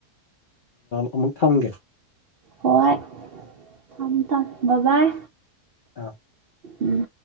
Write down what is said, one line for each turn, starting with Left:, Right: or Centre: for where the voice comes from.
Left: ꯑꯃꯨꯛ ꯊꯝꯒꯦ
Right: ꯍꯣꯏ ꯊꯝ ꯊꯝ ꯕꯥ ꯕꯥꯏ
Left: ꯑꯥ
Right: ꯎꯝ